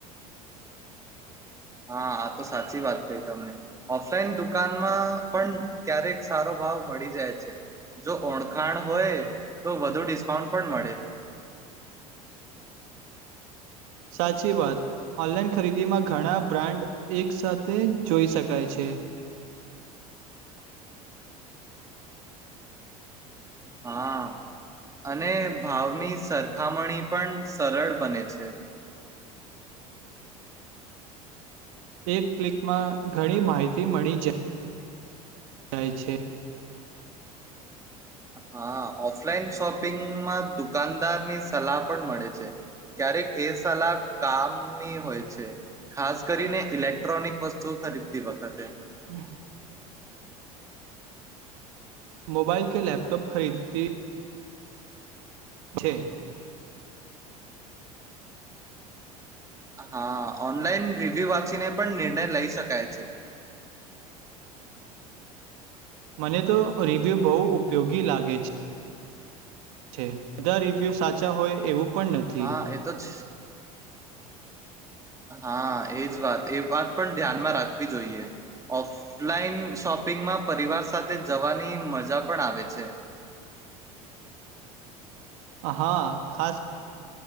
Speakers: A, on the right; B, on the right.
A: હા આ તો સાચી વાત કઈ તમને, ઓફલાઈન દુકાનમાં પણ ક્યારેક સારો ભાવ મળી જાય છે. જો ઓળખાણ હોય તો વધુ ડિસ્કાઉન્ટ પણ મળે. <unintelligible>
B: સાચી વાત, ઓનલાઈન ખરીદીમાં ઘણા બ્રાન્ડ એક સાથે જોઈ શકાય છે.
A: હા અને ભાવની સરખામણી પણ સરળ બને છે.
B: એક ક્લિકમાં ઘણી માહિતી મળી જાય થાય છે.
A: હા, ઓફલાઈન શોપિંગમાં દુકાનદારની સલાહ પણ મળે છે. ક્યારેક એ સલાહ કામની હોય છે. ખાસ કરીને ઇલેક્ટ્રોનિક વસ્તુ ખરીદતી વખતે.
B: હમ, મોબાઈલ કે લેપટોપ ખરીદી તી છે.
A: હા ઓનલાઈન રિવ્યુ વાંચીને પણ, નિર્ણય લઈ શકાય છે.
B: મને તો રિવ્યૂ બહુ ઉપયોગી લાગે છે. છે, બધા રિવ્યુ સાચા હોય એવું પણ નથી
A: હા એ તો જ હા, એ જ વાત એ વાત પણ ધ્યાનમાં રાખવી જોઈએ, ઓફલાઈન શોપિંગમાં પરિવાર સાથે જવાની મજા પણ આવે છે.
B: હા ખાસ